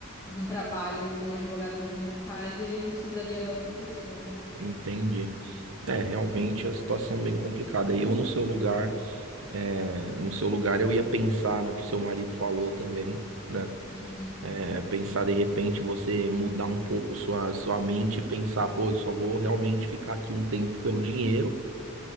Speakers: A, on the left; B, on the right.
A: um trabalho que um advogado júnior faz, ele não precisaria da outra pessoa,
B: entendi. É,
A: entendeu?
B: realmente é situação bem complicada. E eu no seu lugar, é, no seu lugar eu ia pensar no que seu marido falou também, né?
A: Uhum.
B: É, pensar de repente você mudar um pouco sua, sua mente e pensar, pô, eu só vou realmente ficar aqui um tempo pelo dinheiro,